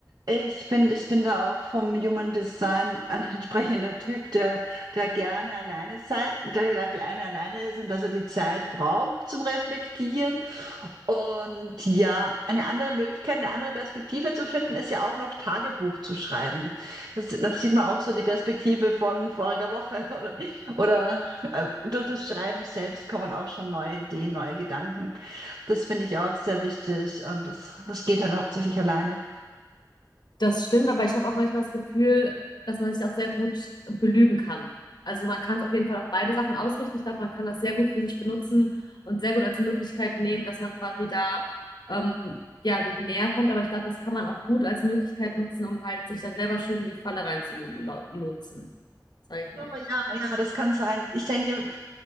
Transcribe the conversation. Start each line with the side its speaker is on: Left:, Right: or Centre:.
Right: Ich bin, ich bin da auch vom Human Design <laughs> ein entsprechender Typ, der, der gerne alleine seid, der, der gerne alleine ist und dass er die Zeit braucht zum Reflektieren. Und ja, eine andere Möglichkeit, eine andere Perspektive zu finden, ist ja auch noch Tagebuch zu schreiben. Das, das sieht man auch so die Perspektive von voriger Woche <laughs> oder, oder äh, durch das Schreiben selbst kommen auch schon neue Ideen, neue Gedanken. Das finde ich auch sehr wichtig und das, das geht halt hauptsächlich alleine.
Left: Das stimmt, aber ich habe auch manchmal das Gefühl, dass man sich auch sehr gut belügen kann. Also man kann es auf jeden Fall auf beide Sachen ausrichten. Ich glaube, man kann das sehr gut für sich benutzen und sehr gut als Möglichkeit nehmen, dass man quasi da ähm, ja sich näher kommt. Aber ich glaube, das kann man auch gut als Möglichkeit nutzen, um halt sich da selber schön in die Falle reinzulotsen, sage ich mal.
Right: So, ja, ja, das kann sein. Ich denke,